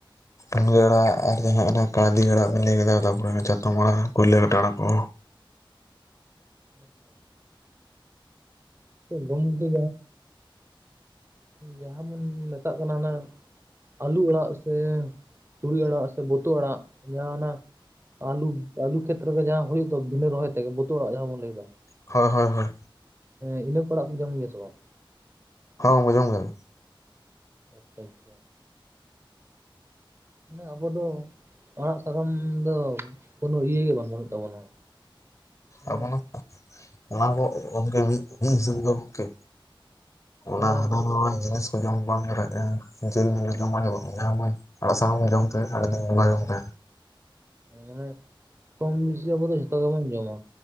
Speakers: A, on the left; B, on the right.
A: ᱢᱩᱱᱜᱟᱹ ᱟᱲᱟᱜ ᱟᱨ ᱡᱟᱦᱟᱸ ᱚᱱᱟ ᱠᱟᱲᱰᱤ ᱟᱲᱟᱜ ᱵᱮᱤᱱ ᱞᱟᱹᱭ ᱠᱮᱫᱟ ᱛᱟᱯᱚᱨᱮ ᱚᱱᱮ ᱪᱟᱛᱚᱢ ᱟᱲᱟᱜ ᱠᱩᱭᱞᱟᱹ ᱠᱟᱴᱤ ᱟᱲᱟᱜ ᱠᱚ
B: ᱟᱪᱪᱷᱟ ᱟᱪᱪᱷᱟ ᱠᱮ ᱜᱩᱱ ᱫᱚ ᱡᱟᱦᱟᱸ ᱡᱟᱦᱟᱸ ᱵᱚᱱ ᱢᱮᱛᱟᱜ ᱠᱟᱱᱟ ᱚᱱᱟ ᱟᱞᱩ ᱟᱲᱟᱜ ᱥᱮ ᱛᱩᱲᱤ ᱟᱲᱟᱜ ᱥᱮ ᱵᱟ. ᱛᱭᱟ. ᱟᱲᱟᱜ ᱡᱟᱦᱱᱟᱜ ᱟᱞᱩ ᱟᱞᱩ ᱠᱷᱮᱛᱨᱮ ᱨᱮᱜᱮ ᱡᱟᱦᱟᱸᱳᱭᱳ ᱫᱚ ᱵᱤᱱᱟᱹ ᱨᱚᱦᱚᱭ ᱛᱮᱜᱮ ᱵᱟ. ᱛᱩᱭᱟ. ᱟᱲᱟᱜ ᱡᱟᱦᱟᱸ ᱵᱚᱱ ᱞᱟᱹᱭ ᱫᱟ
A: ᱦᱚᱭ ᱦᱚᱭ ᱦᱚᱭ
B: ᱦᱮᱸ ᱤᱱᱟᱹ ᱠᱚ ᱚᱲᱟᱜ ᱠᱚ ᱡᱚᱢ ᱜᱮᱭᱟ ᱥᱮ ᱵᱟᱝ?
A: ᱦᱚ ᱚᱢᱠᱮᱹ ᱡᱚᱢ ᱜᱮᱭᱟᱹᱤᱧ
B: ᱟᱪᱪᱷᱟ ᱟᱪᱪᱷᱟ ᱢᱟᱱᱮ ᱟᱵᱚ ᱫᱚ ᱟᱲᱟᱜ ᱥᱟᱠᱟᱢ ᱫᱚ ᱠᱳᱱᱚ ᱤᱭᱟᱹ ᱜᱮ ᱵᱟᱝ ᱵᱟᱹᱱᱩᱜ ᱛᱟᱵᱚᱱᱟ ᱦᱮᱸ
A: ᱟᱵᱚᱱᱚ ᱚᱱᱟᱠᱚ
B: ᱦᱮᱸ
A: ᱚᱝᱠᱮ ᱢᱤᱫ ᱢᱤᱫ ᱦᱤᱥᱟᱹᱵ ᱜᱮ ᱜᱚᱢᱠᱮ ᱚᱱᱟ
B: ᱢᱟᱱᱮ
A: ᱦᱟᱱᱟ ᱱᱟᱣᱟ ᱡᱤᱱᱤᱥ ᱠᱚ ᱡᱚᱢ ᱵᱟᱝ ᱫᱟᱫᱟᱭ ᱡᱮᱞ ᱡᱚᱢᱟ ᱵᱟ. ᱧ ᱟᱲᱟᱜ ᱥᱟᱠᱟᱢ ᱡᱚᱢᱛᱮ ᱟᱹᱰᱤ ᱫᱤᱱ ᱵᱚᱝᱜᱟ ᱡᱚᱝ ᱛᱮ
B: ᱢᱟᱱᱮ ᱠᱚᱢ ᱵᱤᱥᱤ ᱜᱮ ᱟᱵᱚ ᱫᱚ ᱡᱷᱚᱛᱚ ᱜᱮᱵᱚᱱ ᱡᱚᱢᱟ